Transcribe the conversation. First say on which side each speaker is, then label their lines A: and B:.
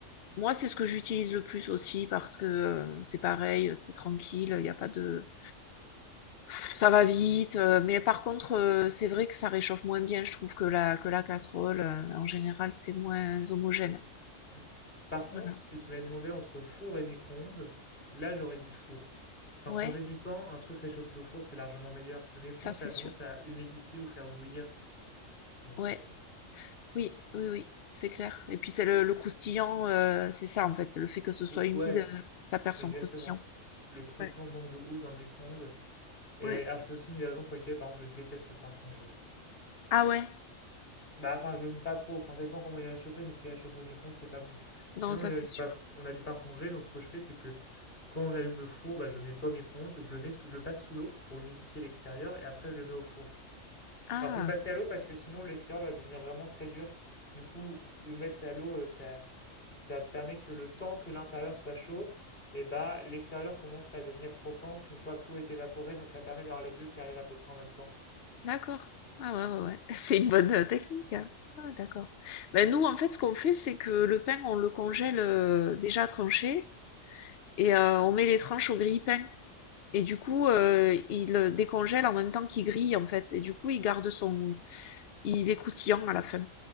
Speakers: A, on the left; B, on the left.
A: moi, c'est ce que j'utilise le plus aussi parce que, heu, c'est pareil, heu, c'est tranquille, il y a pas de Pff, ça va vite, heu, mais par contre, heu, c'est vrai que ça réchauffe moins bien, je trouve, que la que la casserole, heu,
B: Mmh
A: en général, c'est moins homogène.
B: mh. Par
A: Voilà.
B: contre, si tu m'avais demandé entre four et micro-ondes, là, j'aurais dit four. Enfin,
A: Ouais,
B: quand j'ai du temps, un truc réchauffé au four, c'est largement meilleur. Le micro-ondes,
A: ça, c'est
B: ça a
A: sûr.
B: tendance à humidifier ou faire bouillir, donc
A: Ouais.
B: heu,
A: Oui,
B: ouais.
A: oui, oui, c'est clair. Et puis c'est le, le croustillant, euh, c'est ça en fait, le fait que ce soit
B: Ou-
A: humide,
B: Ouais,
A: euh, ça perd
B: exactement.
A: son croustillant.
B: Le croustillant
A: Ouais,
B: manque de ouf dans le micro-ondes. Et
A: ouais.
B: alors, c'est aussi une des raisons pour lesquelles, par exemple, je déteste le pain congelé.
A: Ah ouais,
B: Bah, enfin, je n'aime pas trop. Enfin, ça dépend comment il est réchauffé, mais s'il est réchauffé au micro-ondes, c'est pas bon.
A: non,
B: Chez nous,
A: ça
B: on a
A: c'est
B: du
A: sûr.
B: pain, on a du pain congelé. Donc, ce que je fais, c'est que quand on allume le four, bah, je le mets pas au micro-ondes. Je le mets sous, je le passe sous l'eau pour humidifier l'extérieur et après, je le mets au four.
A: Ah,
B: Alors, faut le passer à l'eau parce que sinon, l'extérieur va devenir vraiment très dur. Du coup, le mettre à l'eau, euh, ça. Ça permet que le temps que l'intérieur soit chaud, et bah l'extérieur commence à devenir croquant qu'une fois que l'eau est évaporée, donc ça permet d'avoir les deux qui arrivent à peu près en même temps.
A: d'accord. Ah ouais, ouais, ouais. <laughs> C'est une bonne euh, technique, hein. Ah,
B: Mm.
A: d'accord. Ben, nous, en fait, ce qu'on fait, c'est que le pain, on le congèle euh, déjà tranché et euh, on met les tranches au grille-pain. Et du coup, euh, il euh, décongèle en même temps qu'il grille, en fait. Et du coup, il garde son... Il est croustillant à la fin.